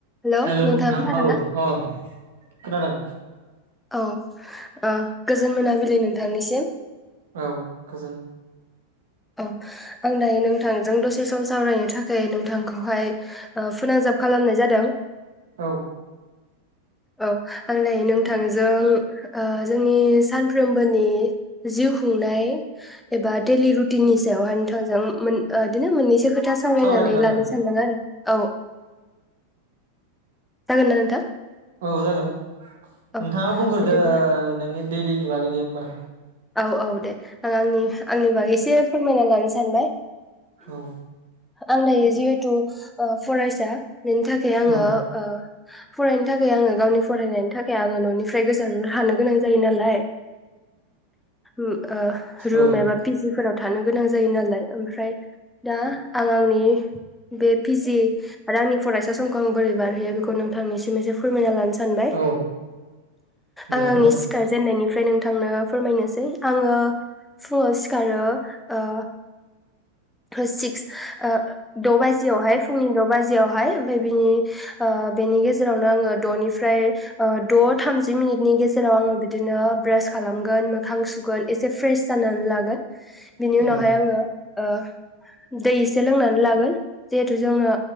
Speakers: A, in the centre; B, on the right (about 60°).
A: हेलौ
B: हेलोव
A: नोंथाङा
B: नोंथां
A: खोनादोंना?
B: औ औ खोनादों
A: औ ओ गोजोन मोनाबिलि नोंथांनिसिम।
B: औ गोजोन
A: औ आं दायो नो नोंथांजों दसे सम सावरायनो थाखाय नों थांखौहाय फोनांजाब खालामनाय जादों।
B: औ
A: औ आंलाय नोंथांजों ओ जोंनि सानफ्रोमबोनि जिउ खुंनाय एबा दैलि रु नि सायाहाव नोंथांजों बिदिनो मोननैसो खोथा सावरायनानै
B: सावरायगोन आरो
A: लानो सानदों आरो औ जागोनना नोंथां
B: औ जागोन
A: औ
B: नोंथांङा बुंग्रोदो
A: बिदिब्ला
B: ओ नोंनि दैलिनि बागै दे होमबा
A: औ औ दे आं आंनि आंनि बागै एसे फोरमायना लानो सानबाय
B: औ
A: आं दायो जिहेथु ओ फरायसा बेनि थाखाय आंङो
B: औ
A: ओ फरायनो थाखाय आंङो गावनि फरायनायनि थाखाय आंङो न'निफ्राय गोजान हानो गोनां जायो नालाय ओ रुम
B: औ
A: एबा पिजिफोराव थानो गोनां जायो नालाय ओमफ्राय दा आं आंनि बे पिजि आरो आंनि फरायसा समखौ आं बोरै बारहयो बेखौ नोंथांनिसिम एसे फोरमायना लानो सानबाय
B: औ दे
A: आं आंनि
B: फोरमाय
A: सिखार जेननायनिफ्राय नोंथांनो फैनोसै आंङो फुङाव सिखारो ओ सिक्स ओ द बाजियावहाय फुंनि द बाजियावहाय ओमफाय बिनि ओ बेनि गेजेरावनो आंङो द निफ्राय ओ द थामजि मिनिटनि गेजेराव आंङो बिदिनो ब्रास खालामगोन मोखां सुगोन एसे फ्रेश जानानै लागोन बिनि उनावहाय
B: औ
A: आंङो ओ दै एसे लोंनानै लागोन जिहेतु जोंङो